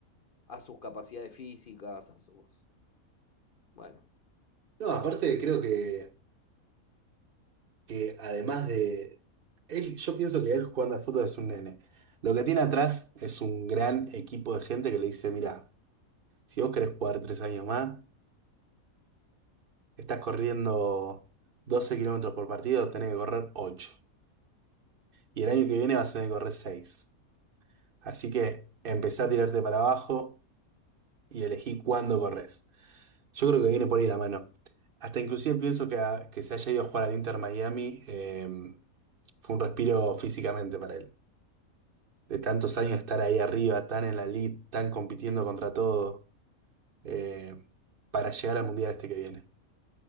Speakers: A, on the left; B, on the right.
A: a sus capacidades físicas, a sus... Bueno,
B: No, aparte creo que que además de él, yo pienso que él jugando al fútbol es un nene. Lo que tiene atrás es un gran equipo de gente que le dice, mira, si vos querés jugar tres años más, estás corriendo 12 kilómetros por partido, tenés que correr ocho Y el año que viene vas a tener que correr seis Así que empezá a tirarte para abajo y elegí cuándo corres. Yo creo que viene por ahí la mano. Hasta inclusive pienso que, a- que se haya ido a jugar al Inter Miami em, fue un respiro físicamente para él. de tantos años estar ahí arriba, tan en la lead, tan compitiendo contra todo, eh, para llegar al mundial este que viene.